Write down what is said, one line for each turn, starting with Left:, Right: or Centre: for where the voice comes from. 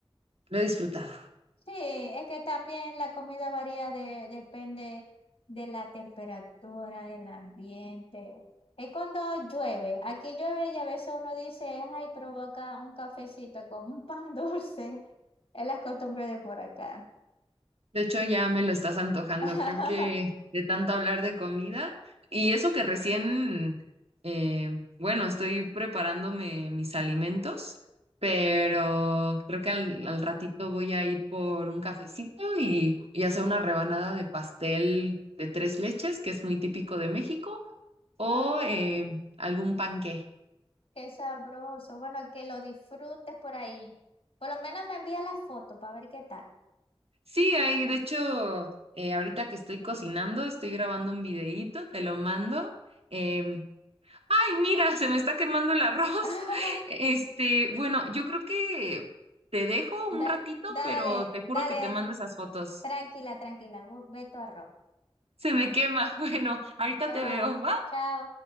Right: Lo he disfrutado.
Left: Sí, es que también la comida varía de, depende de la temperatura, del ambiente. Es cuando llueve. Aquí llueve y a veces uno dice, ay, provoca un cafecito con un pan <laughs> dulce. Es la costumbre de por acá.
Right: De hecho, ya me lo estás antojando.
Left: <laughs>
Right: Creo que de tanto hablar de comida y eso que recién, eh, bueno, estoy preparándome mis alimentos, pero creo que al, al ratito voy a ir por un cafecito y, y hacer una rebanada de pastel de tres leches, que es muy típico de México o
Left: Ay,
Right: eh, algún panqué.
Left: qué sabroso. Bueno, que lo disfrutes por ahí. Por lo menos me envía la foto para ver qué tal.
Right: Sí, ahí, de hecho, eh, ahorita que estoy cocinando, estoy grabando un videíto, te lo mando. Em, ay, mira, se me está quemando el arroz.
Left: <laughs>
Right: <laughs> Este, bueno, yo creo que te dejo un
Left: Da-
Right: ratito,
Left: dale,
Right: pero te juro
Left: dale,
Right: que te mando esas fotos.
Left: tranquila, tranquila. Ve ve tu arroz.
Right: Se me quema. <laughs> Bueno, ahorita
Left: Chao,
Right: te veo.
Left: chao.